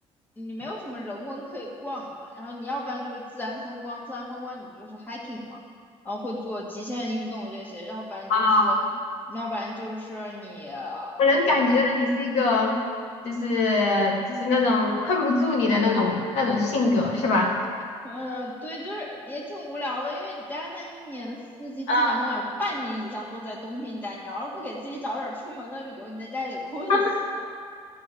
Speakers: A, on the left; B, on the left.
A: 你没有什么人文可以逛嘛。然后你要不然就是自然风光，自然风光你就是 hiking 嘛，然后会做极限运动这些，要不然就是，
B: 啊，
A: 要不然就是你，
B: 我能感觉到你是一个，
A: 嗯
B: 就是就是那种困不住你的那种那种性格，是吧？
A: 嗯，对，就是也挺无聊的，因为你加拿大一年四季基本上有半年以上都在冬天家，
B: 啊，
A: 你要是不给自己找点儿出门的理由，你在家里得困死。
B: <laughs>